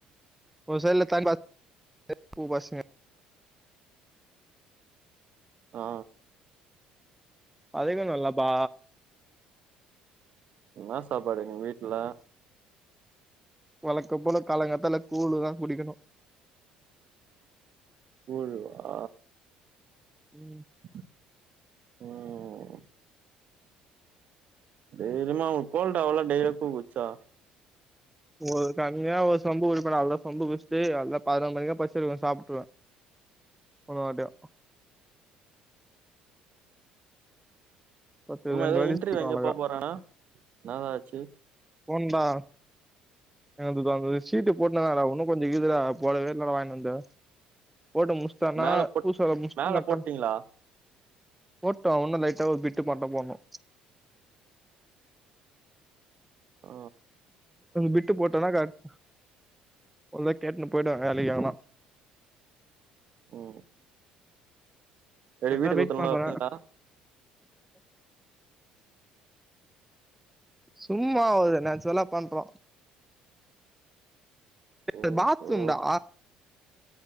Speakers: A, in the centre; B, on the right.
A: ஒ சைடுல <inaudible>
B: ஆ
A: அதுக்கு நல்லபா
B: என்ன சாப்பாடு உங்க வீட்ல
A: வழக்கம் போல காலங்காத்தால கூழு தா குடிக்கணு
B: கூழா
A: ம்
B: ம் தைரியமா அவ கோல்ட் ஆவல டேய்ல்யு கூழ் குடிச்சா
A: ஒரு தனியா ஒரு சொம்பு குடிப்பே நல்லா சொம்பு குச்சிட்டு எல்லா பதினோரு மணிக்கா பசிச்சிரு சாப்ட்ருவே <unintelligible> பத்து
B: ஆமா
A: ரெண்டு
B: எதோ
A: வாட்டி
B: இன்டர்வியூ
A: சாப்ட்ருவே
B: எங்கயோ
A: அழகா
B: போபோரானா என்னதா ஆச்சு
A: போனுண்டா எனகிப்ப அங்க ஒரு சீட்டு போட்னுருந்தாங்டா ஒன்னு கொஞ்சோ இக்குதுடா போடவேயில்லடா நம்ப வாங்கினந்து போட்டு முஸ்டானா
B: மேல போட்
A: பூசல்ல முஸ்தானாக்க
B: மேல போட்டீங்களா
A: போட்டு ஒன்னுல்ல லைட்டா ஒரு பிட்டு பாட்டா போட்னு
B: அ
A: விட்டு போட்டனா கரெக் இல்ல கேட்னு போய்ட வேலைக்குதனா
B: ம் வெளி
A: அதுக்குதா
B: வீட்டுக்கு
A: வெயிட்
B: ஒருத்தோங்ளா
A: பண்றே
B: இருப்பீங்ளா
A: சும்மாவகுது நெச்சுரல்லா பண்றோ அது
B: ஓஹோ
A: பாத்ரூம்டா